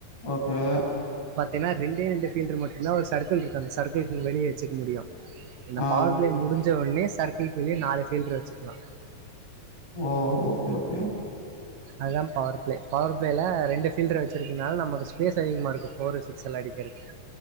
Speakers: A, on the left; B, on the right.
A: ஓகே
B: ஏன்னா ரெண்டே ரெண்டு ஃபீல்ரு மட்டும்தான் ஒரு சர்க்குள் இருக்கு அந்த சர்க்குள்கு வெளியே வச்சுக்க முடியு என்ன
A: ஆ
B: பவர் பிளே முடிஞ்சு முடுஞ்சவொன்னே சர்க்குள்கு வெளிய நாலு ஃபீல்ட்ரு வச்சுக்கலாம்
A: ஓ ஓகே ஓகே
B: அதுதான் பவர் பிளே பவர் பிளேல ரெண்டு ஃபீல்ர வச்சிருக்கனால நமக்கு ஸ்பேஸ் அதிகமா இருக்கும் ஃபோரு சிக்ஸ்ல்லா அடிக்கிறதுக்கு